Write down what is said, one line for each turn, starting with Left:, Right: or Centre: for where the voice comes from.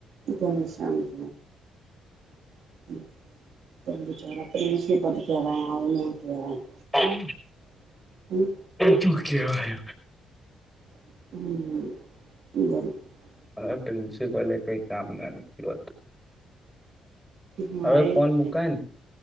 Right: ગમશમજ. હ બ બુ ચરા. <inaudible>
Centre: <inaudible>
Right: <inaudible>
Centre: ત ક્યા હૈ.
Right: <inaudible>
Centre: મારા પ્રિન્સિપલે કઈ કામ ના નથી હોતું.
Right: હા
Centre: હવે ફોન મુકાય
Right: એ
Centre: ને